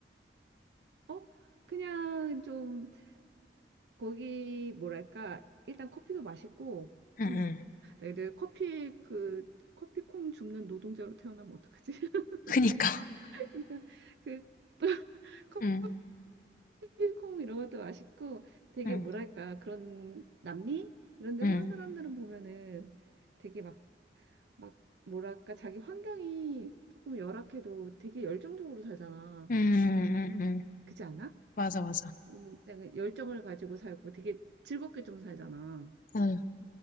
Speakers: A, on the right; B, on the left.
A: 어? 그냥 좀 거기 뭐랄까 일단 커피도 맛있고
B: 응,
A: 음.
B: 응.
A: 나 근데 커피 그 커피콩 줍는 노동자로 태어나면 어떡하지? <laughs>
B: 그니까. <laughs>
A: 일단 그 <laughs>
B: 응,
A: 홍콩 이런 것도 맛있고 되게
B: 응,
A: 뭐랄까 그런 남미 이런 데
B: 응.
A: 사는 사람들은 보면은 되게 막 막 뭐랄까 자기 환경이 조금 열악해도 되게 열정적으로 살잖아.
B: 응, 응, 응. 응.
A: 그렇지 않아?
B: 맞아, 맞아.
A: 음, 되게 열정을 가지고 살고 되게 즐겁게 좀 살잖아.
B: 응,